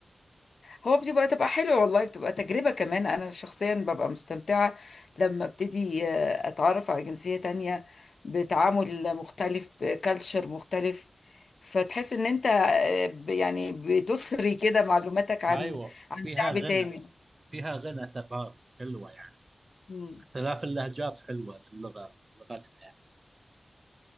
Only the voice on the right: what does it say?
ايوه
فيها
غنى
فيها غنى ثقافي حلوه يعني
اختلاف اللهجات حلوه للغه لغتنا